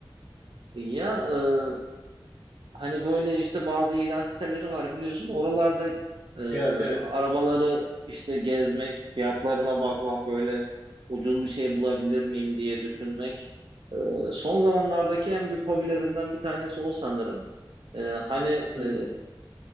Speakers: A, on the right; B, on the right.
A: Ya e, Hani böyle işte bazı ilan siteleri var biliyorsun. Oralarda e,
B: Evet, evet.
A: arabaları işte gezmek, fiyatlarına bakmak böyle ucuz bir şey bulabilir miyim diye düşünmek. E, son zamanlardaki en büyük hobilerimden bir tanesi o sanırım. E, hani
B: Hı
A: e,
B: hı.